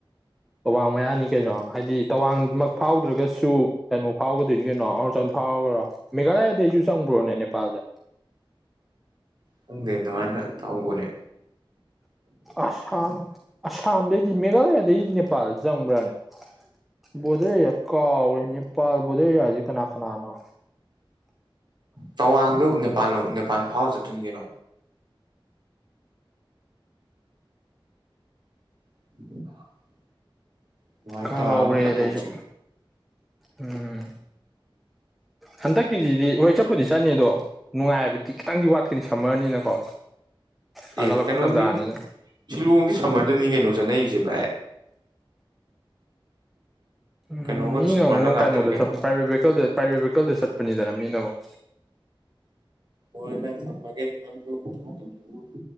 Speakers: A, in the centre; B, on the right (about 55°).
A: ꯇꯋꯥꯡ ꯃꯌꯥꯅꯤ ꯀꯩꯅꯣ ꯍꯥꯏꯗꯤ ꯇꯋꯥꯡꯃꯛ ꯐꯥꯎꯗ꯭ꯔꯒꯁꯨ ꯁꯨ ꯀꯩꯅꯣ ꯐꯥꯎꯒꯗꯣꯏꯅꯤ ꯀꯩꯅꯣ ꯑꯔꯨꯅꯆꯜ ꯐꯥꯎꯈ꯭ꯔꯣ ꯃꯦꯘꯥꯂꯌꯥꯗꯩꯁꯨ ꯆꯪꯕ꯭ꯔꯣꯅꯦ ꯅꯦꯄꯥꯜꯁꯦ
B: ꯈꯪꯗꯦ ꯑꯗꯨꯃꯥꯏꯅ ꯇꯧꯕꯅꯦ꯫
A: ꯑꯁꯥꯝ ꯑꯁꯥꯝꯗꯩꯗꯤ ꯃꯦꯘꯥꯂꯌꯥꯗꯩ ꯅꯦꯄꯥꯜ ꯆꯪꯕ꯭ꯔꯥꯅꯦ ꯚꯣꯗꯔ ꯑꯦꯔꯤꯌꯥ ꯀꯥꯎꯈ꯭ꯔꯦ ꯅꯦꯄꯥꯜ ꯚꯣꯗꯔ ꯑꯦꯔꯤꯌꯥꯁꯦ ꯀꯅꯥ ꯀꯅꯥꯅꯣ꯫
B: ꯇꯋꯥꯡꯗꯨ ꯅꯦꯄꯥꯜ ꯅꯦꯄꯥꯟ ꯐꯥꯎꯔ ꯆꯠ ꯇꯨꯟꯅꯤꯒꯅꯣ <inaudible> ꯑꯗꯨꯃꯥꯏꯅ
A: ꯀꯥꯎꯒ꯭ꯔꯦꯗ
B: ꯇꯧꯔꯒ ꯑꯃ ꯆꯠꯊꯣꯛꯁꯤ
A: ꯑꯩꯁꯨ ꯎꯝ ꯍꯟꯗꯛꯀꯤꯁꯤꯗꯤ ꯍꯣꯏ ꯆꯠꯄꯨꯗꯤ ꯆꯠꯅꯤ ꯑꯗꯣ ꯅꯨꯡꯉꯥꯏꯕꯗꯤ ꯈꯤꯇꯪꯗꯤ ꯋꯥꯠ ꯈꯤꯅꯤ ꯁꯝꯃꯔꯅꯤꯅꯀꯣ ꯁꯥꯒꯠꯂꯛꯄ
B: ꯑꯦ ꯀꯩꯅꯣꯗꯤ
A: ꯇꯥꯟꯖꯥꯅꯤꯅ꯫
B: ꯁꯤꯂꯣꯡꯗꯤ ꯁꯝꯃꯔꯗꯅꯤ ꯀꯣꯅꯣ ꯆꯠꯅꯩꯁꯦ ꯚꯥꯏ꯫
A: ꯎꯝ
B: ꯀꯩꯅꯣꯒꯗꯣ
A: ꯃꯤꯅ
B: ꯁꯝꯃꯔꯗ
A: ꯑꯃꯨꯛ
B: ꯉꯥꯛꯇꯅꯤ
A: ꯀꯩꯅꯣꯗ
B: ꯀꯩꯅꯣ
A: ꯆꯠꯄ ꯄ꯭ꯔꯥꯏꯚꯦꯠ ꯚꯦꯗ ꯄ꯭ꯔꯥꯏꯚꯦꯠ ꯚꯦꯀꯜꯗ ꯆꯠꯄꯅꯤꯗꯅ ꯃꯤꯅ ꯑꯃꯨꯛ꯫
B: ꯍꯣꯏ ꯚꯥꯏ ꯊꯝꯃꯒꯦ ꯅꯣꯁꯨ ꯊꯕꯛ ꯇꯧꯖꯧꯔꯣ꯫